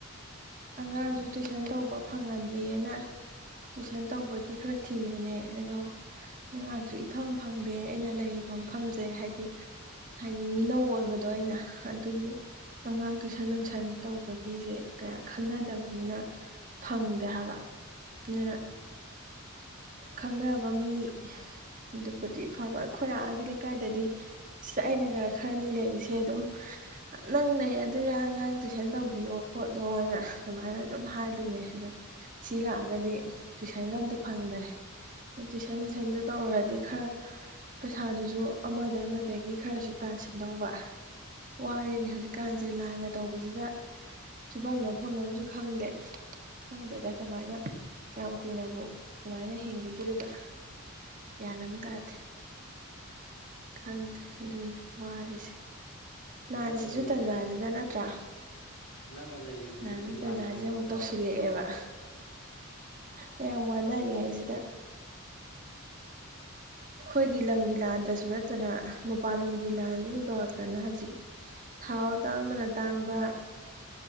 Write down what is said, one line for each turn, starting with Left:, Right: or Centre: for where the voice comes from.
Right: ꯑꯉꯥꯡꯖꯨ ꯇꯨꯏꯁꯟ ꯇꯧꯕ ꯐꯪꯉꯗꯤꯅ ꯇꯨꯏꯁꯟ ꯇꯧꯕꯒꯤ ꯈꯔ ꯊꯤꯕꯅꯦ ꯑꯗꯣ ꯑꯉꯥꯡꯁꯨ ꯏꯐꯪ ꯐꯪꯗꯦ ꯑꯩꯅ ꯂꯩꯔꯤꯕ ꯃꯐꯝꯁꯦ ꯍꯥꯏꯗꯤ ꯍꯥꯏꯗꯤ ꯃꯤꯅꯧ ꯑꯣꯏꯕꯗꯣ ꯑꯩꯅ ꯑꯗꯨꯒꯤ ꯑꯉꯥꯡ ꯇꯨꯏꯁꯟ ꯅꯨꯡꯁꯟ ꯇꯧꯕꯒꯤꯖꯦ ꯀꯌꯥ ꯈꯪꯅꯗꯕꯅꯤꯅ ꯐꯪꯗꯦ ꯍꯥꯏꯕ ꯑꯗꯨꯅ
Left: ꯎꯝ
Right: ꯈꯪꯅꯕ ꯃꯤꯗꯨꯕꯨꯗꯤ ꯐꯕ ꯑꯈꯣꯏ ꯑꯥꯒꯤ ꯂꯩꯀꯥꯏꯗꯗꯤ ꯁꯤꯗ ꯑꯩꯅꯒ ꯈꯔꯅꯤ ꯂꯩꯕꯁꯦ ꯑꯗꯨꯝ ꯅꯪ ꯂꯩꯔꯗꯨꯏꯔꯥ ꯑꯉꯥꯡ ꯇꯨꯏꯁꯟ ꯇꯧꯕꯤꯌꯣ ꯈꯣꯠꯂꯣꯅ ꯑꯗꯨꯃꯥꯏꯅ ꯑꯗꯨꯝ ꯍꯥꯏꯗꯣꯏꯅꯦ ꯑꯗꯣ ꯁꯤ ꯂꯥꯛꯑꯒꯗꯤ ꯇꯨꯏꯁꯟꯒ ꯑꯝꯇ ꯐꯪꯗꯔꯦ ꯇꯨꯏꯁꯟ ꯅꯨꯡꯁꯟꯗ ꯇꯧꯔꯗꯤ ꯈꯔ ꯄꯩꯁꯥꯗꯨꯖꯨ ꯑꯃꯗꯩꯩ ꯑꯃꯗꯒꯤ ꯈꯔꯁꯨ ꯇꯥꯟꯁꯤꯟꯗꯧꯕ
Left: ꯎꯝ
Right: ꯋꯥꯔꯦꯅꯦ ꯍꯧꯖꯤꯛꯀꯥꯟꯁꯦ ꯂꯥꯟꯒ ꯇꯧꯕꯖꯤꯗ ꯁꯨꯐꯝ ꯅꯣꯝꯐꯝ ꯑꯝꯖꯨ ꯈꯪꯗꯦ ꯈꯪꯗꯦꯗ ꯀꯃꯥꯏꯅ ꯀꯌꯥꯝ ꯀꯨꯏꯅꯕꯨ ꯁꯨꯃꯥꯏꯅ ꯍꯤꯡꯒꯤꯗꯣꯔꯤꯕ ꯒ꯭ꯌꯥꯟ ꯑꯃ ꯇꯥꯗꯦ ꯈꯪꯗꯦ ꯑꯗꯨꯅ ꯋꯥꯔꯤꯁꯦ ꯂꯥꯟꯖꯤꯁꯨ
Left: ꯅꯪꯅ ꯂꯩ
Right: ꯇꯟꯖꯥꯖꯤꯗ ꯅꯠꯇ꯭ꯔꯥ
Left: ꯅꯪꯅ ꯂꯩꯔꯤꯗꯨꯗꯤ
Right: ꯂꯥꯟꯖꯨ ꯇꯟꯖꯥꯖꯤꯗꯥ
Left: ꯂꯥꯟ ꯇꯧꯗꯕ꯭ꯔꯣ
Right: ꯑꯃꯨꯛ ꯇꯧꯁꯤꯜꯂꯛꯑꯦꯕ ꯃꯌꯥꯝ ꯋꯥꯅꯔꯤꯉꯩꯖꯤꯗ ꯑꯈꯣꯏꯒꯤ ꯂꯝꯒꯤ ꯂꯥꯟꯗꯁꯨ ꯅꯠꯇꯅ ꯃꯄꯥꯟꯂꯝꯒꯤ ꯂꯥꯟꯖꯨ ꯑꯃꯨꯛ ꯇꯧꯔꯛꯇꯅ ꯍꯧꯖꯤꯛ ꯊꯥꯎ ꯇꯥꯡꯕꯅ ꯇꯥꯡꯕ